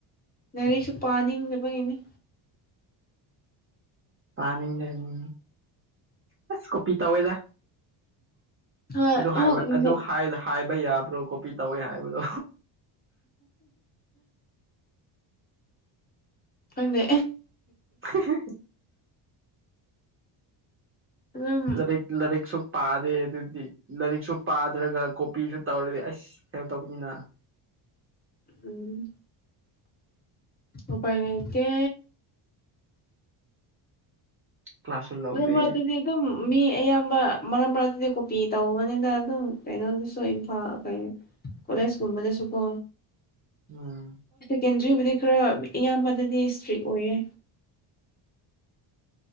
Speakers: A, on the left; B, on the right.
A: ꯂꯥꯏꯔꯤꯛꯁꯨ ꯄꯥꯅꯤꯡꯗꯕꯩꯅꯤ
B: ꯄꯥꯅꯤꯡꯗꯦꯃꯤ ꯑꯁ ꯀꯣꯄꯤ ꯇꯧꯋꯦꯗꯥ
A: ꯍꯣꯏ
B: ꯑꯗꯨ ꯍꯥꯏꯕ
A: ꯑꯃꯨꯛ
B: ꯑꯗꯨ ꯍꯥꯏꯕ ꯍꯥꯏꯕ ꯌꯥꯕ꯭ꯔꯣ ꯀꯣꯄꯤ ꯇꯧꯋꯦ ꯍꯥꯏꯕꯗꯣ
A: ꯈꯪꯗꯦ
B: ꯍ ꯍꯦ
A: ꯑꯗꯨꯝ
B: ꯂꯔꯤꯛ ꯂꯔꯤꯛꯁꯨ ꯄꯥꯗꯦ ꯑꯗꯨꯗꯤ ꯂꯥꯏꯔꯤꯛꯁꯨ ꯄꯥꯗ꯭ꯔꯒ ꯀꯣꯄꯤꯖꯨ ꯇꯧꯔꯗꯤ ꯑꯁ ꯐꯦꯜ ꯇꯧꯒꯅꯤꯅꯥ
A: ꯎꯝ ꯎꯄꯥꯏ ꯂꯩꯇꯦ
B: ꯀ꯭ꯂꯥꯁꯁꯨ ꯂꯧꯗꯦ
A: ꯅꯣꯏ ꯃꯥꯗꯨꯗꯤ ꯑꯗꯨꯝ ꯃꯤ ꯑꯌꯥꯝꯕ ꯃꯔꯛ ꯃꯔꯛꯇꯗꯤ ꯀꯣꯄꯤ ꯇꯧꯕꯅꯤꯗ ꯑꯗꯨꯝ ꯀꯩꯅꯣꯗꯁꯨ ꯏꯝꯐꯥꯜ ꯀꯩ ꯀꯣꯂꯦꯖ ꯀꯨꯝꯕꯗꯁꯨꯀꯣ
B: ꯑꯥ
A: ꯑꯦꯟꯇ꯭ꯔꯤꯕꯨꯗꯤ ꯈꯔ ꯏꯌꯥꯝꯕꯗꯗꯤ ꯏꯁꯇ꯭ꯔꯤꯛ ꯑꯣꯏꯌꯦ